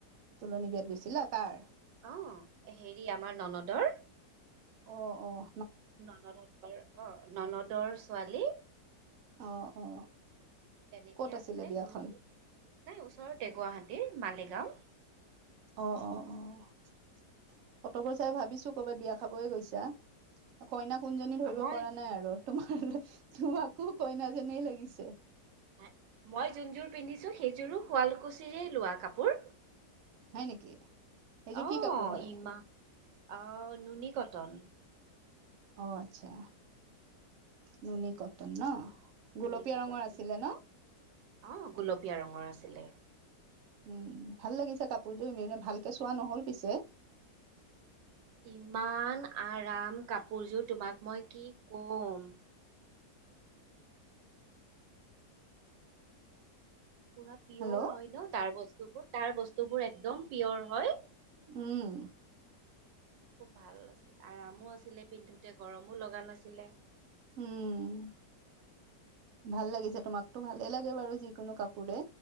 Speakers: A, on the right (about 60°); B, on the right (about 85°).
A: তোলনি বিয়াত গৈছিলা, কাৰ?
B: অ', হেৰি আমাৰ ননদৰ।
A: অঁ', অঁ।
B: ননদহতৰ অ', ননদৰ ছোৱালী।
A: অ', অ।
B: তেনেকে
A: ক'ত
B: আছিলে
A: বিয়াখন
B: গ'লো, নাই ওচৰতে গুৱাহাটীৰ মালিগাঁও।
A: অ', অ', অহ, ফটবোৰ চাই ভাবিছো কৰ'বাত বিয়া খাবয়ে গৈছা। অ কইনা কোনজনী ধৰিব
B: মই
A: পৰা নাই আৰু তোমাৰলে তোমাকো কইনাজনীয়ে লাগিছে।
B: হে, মই যোনযোৰ পিন্ধিছো সেইযোৰো শুৱালকুছিৰে লোৱা কাপোৰ।
A: হয় নেকি সেইযোৰ
B: অ',
A: কি কাপোৰ হয়
B: ইমা অ নুনি কটন।
A: অ', আচ্ছা, নুনী কটন ন'?
B: নুনী
A: গোলপীয়া
B: কটন
A: ৰঙৰ আছিলে ন'?
B: অ', গুলপীয়া ৰঙৰ আছিলে।
A: উম, ভাল লাগিছে কাপোৰযোৰ, ইনে ভালকে চোৱা নহল পিছে।
B: ইমান আৰাম কাপোৰযোৰ, তোমাক মই কি ক'ম। পুৰা পিয়ৰ
A: হেল্ল' অ
B: হয় ন' তাৰ বস্তুবোৰ, তাৰ বস্তুবোৰ একদম পিয়ৰ হয়।
A: উম।
B: খুব ভাল আছিল, আৰামো আছিলে পিন্ধোতে, গৰমো লগা নাছিলে।
A: উম। ভাল লাগিছে তোমাকতো ভালে লাগে বাৰু যিকোনো কাপোৰে